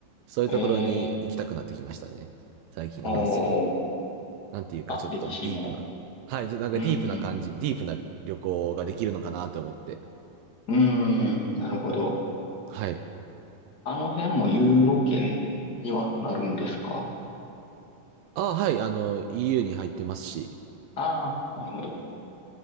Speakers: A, on the right; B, on the left.
A: そういうところに行きたくなってきましたね。
B: ええ
A: 最近、
B: ー、
A: あの、
B: おー、
A: すなんていうか、
B: あ、
A: ちょっとディープな。
B: 歴史も。
A: はい、じゃなんかディープな感じ、
B: うーん、
A: ディープな旅旅行ができるのかなと思って。
B: うーん、なるほど。
A: はい。
B: あの辺もユーロ圏にはなるんですか
A: あ、はい、あの、EU に入ってますし、
B: ああー、なるほど。